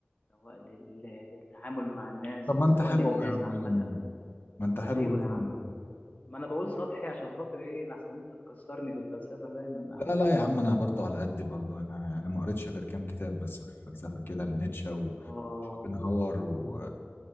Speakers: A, on the left; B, on the left.
A: سواء لل- للتعامل مع الناس
B: طب ما
A: سواء
B: انت حلو
A: للناس
B: أهو يا عم
A: عامه
B: يجي مني ما انت حلو
A: ايوه
B: يجي
A: يا
B: مني
A: عم ما انا بقول سطحي عشان خاطر ايه لحسن انت تكسرني في الفلسفه فاهم انا
B: لا لا يا عم انا برضو على قدي برضو انا يعني ما قريتش غير كام كتاب بس في الفلسفه كده لنيتشه
A: اه
B: وشوبنهاور و...